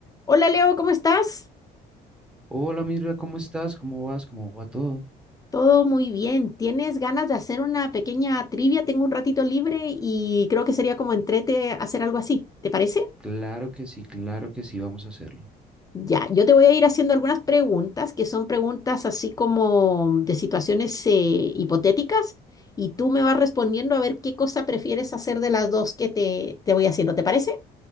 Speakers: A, on the left (about 20°); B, in the centre.
A: Hola Leo, ¿cómo estás?
B: Hola Mirra, ¿cómo estás? ¿Cómo vas? ¿Cómo va todo?
A: Todo muy bien. ¿Tienes ganas de hacer una pequeña trivia? Tengo un ratito libre y creo que sería como entrete hacer algo así. ¿Te parece?
B: Claro que sí, claro que sí, vamos a hacerlo.
A: Ya, yo te voy a ir haciendo algunas preguntas que son preguntas así como de situaciones eh, hipotéticas y tú me vas respondiendo a ver qué cosa prefieres hacer de las dos que te, te voy haciendo. ¿Te parece?